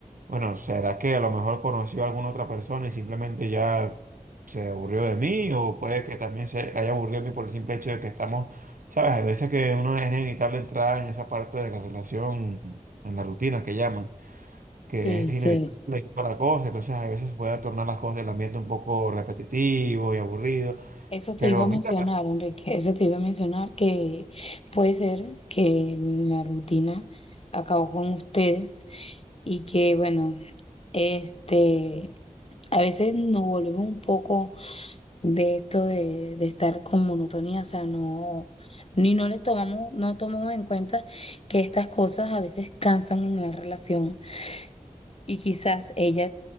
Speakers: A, on the right (about 80°); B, on the left (about 45°).
A: Bueno, ¿será que a lo mejor conoció a alguna otra persona y simplemente ya se aburrió de mí? O puede que también se haya aburrido de mí por el simple hecho de que estamos, ¿sabes? Hay veces que uno es inevitable entrar en esa parte de la relación, en la rutina que llaman, que
B: sí,
A: es
B: sí.
A: inevitable y toda la cosa. Entonces, a veces puede tornar las cosas, el ambiente un poco repetitivo y aburrido.
B: Eso te
A: Pero
B: iba a mencionar,
A: mira,
B: Enrique, eso te iba a mencionar que puede ser que la rutina acabó con ustedes y que bueno, este, a veces nos volvemos un poco de esto de, de estar con monotonía, o sea, no, ni no les tomamos, no tomamos en cuenta que estas cosas a veces cansan en la relación y quizás ella